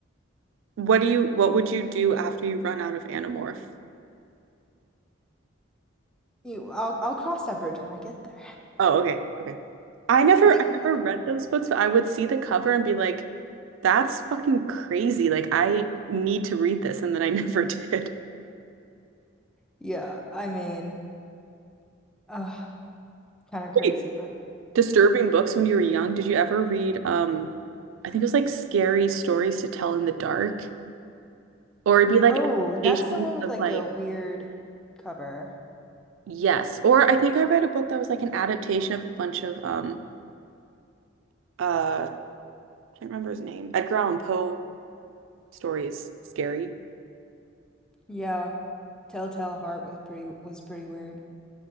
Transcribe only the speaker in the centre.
You, I'll I'll cross that bridge when I get there.
I think,
yeah, I mean, uh, kind of crazy,
but
hmm?
Oh, that's
the one with
like
a weird cover.
Yeah, Telltale Heart was pretty was pretty weird.